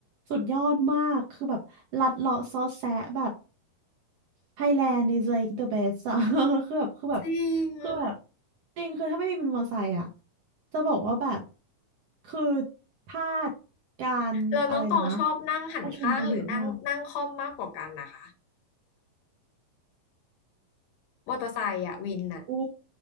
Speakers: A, on the right; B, on the left.
A: สุดยอดมากคือแบบลัดเลาะซอแซะแบบ Thailand is like the best อะ <laughs> คือแบบคือแบบ
B: จริง
A: คือแบบจริงคือถ้าไม่มีเป็นมอไซค์อะจะบอกว่าแบบคือพลาดการอะไรนะ
B: เราน้องตองชอบนั่งหันข้างหรือนั่งนั่งค่อมมากกว่ากันนะคะ
A: ประชุมไปเยอะมาก
B: มอเตอร์ไซค์อะวินน่ะ
A: อู้